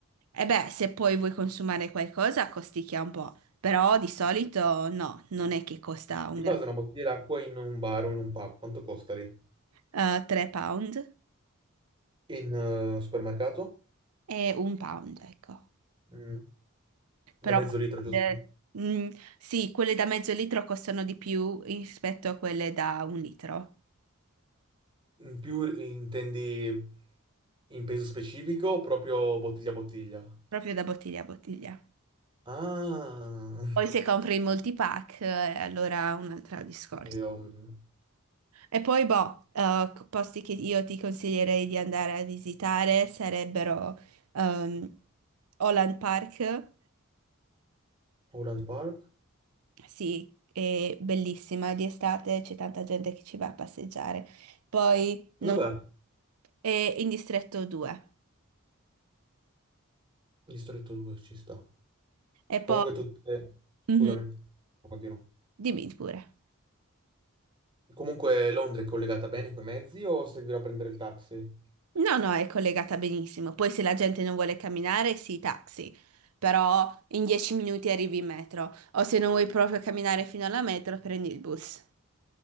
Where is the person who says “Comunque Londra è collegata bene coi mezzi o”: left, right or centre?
Right